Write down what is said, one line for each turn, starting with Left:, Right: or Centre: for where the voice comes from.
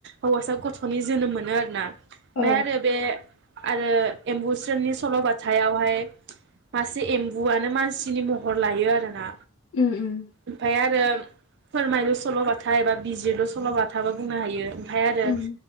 Right: हौवासा गथ'नि जोनोम मोनो आरोना।
Left: औ
Right: <unintelligible> आरो बे आरो एम्बुस्रोननि सल'बथायावहाय मासे एम्बुआनो मानसिनि महर लायो आरोना।
Left: उम उम
Right: ओमफाय आरो फोरमायलु सल' बाथा एबा बिजिरलु सल' बाथा बो बुंनो हायो। फाय आरो
Left: उम